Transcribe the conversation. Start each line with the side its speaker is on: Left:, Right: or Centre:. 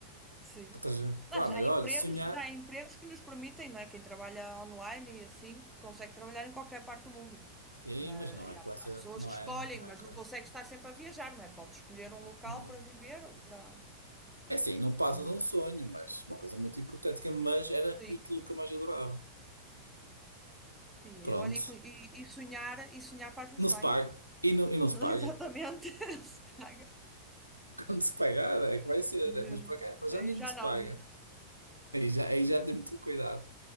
Centre: Sim.
Right: Ou seja, pá,
Centre: Ah, já
Right: mas
Centre: há
Right: olha,
Centre: empregos,
Right: sonhar,
Centre: já há empregos que nos permitem, não é? Quem trabalha online e assim consegue trabalhar em qualquer parte do mundo.
Right: sim,
Centre: Mas,
Right: mas não
Centre: e
Right: é
Centre: há,
Right: com essa,
Centre: há pessoas
Right: não
Centre: que escolhem,
Right: é, não
Centre: mas
Right: é com,
Centre: não consegue estar sempre a viajar, não é? Pode escolher
Right: não,
Centre: um local
Right: não.
Centre: para viver ou para
Right: É assim, não passa
Centre: e-
Right: de um sonho, mas uma coisa muito hipotética, mas era
Centre: Sim.
Right: aquilo que eu mais adorava.
Centre: E,
Right: Pronto.
Centre: é, olha, e, cu- e- e sonhar, e sonhar faz-nos
Right: Não
Centre: bem.
Right: se paga.
Centre: <laughs>
Right: E não, e não se
Centre: Não,
Right: paga.
Centre: Exatamente. <laughs> Não Se paga.
Right: <laughs> Quando se pagar é que vai
Centre: <laughs>
Right: ser.
Centre: Mesmo.
Right: Mas para cá, para já
Centre: Aí
Right: ainda
Centre: já
Right: não se
Centre: não,
Right: paga.
Centre: aí já
Right: Aí já, aí já
Centre: não.
Right: tem muito cuidado.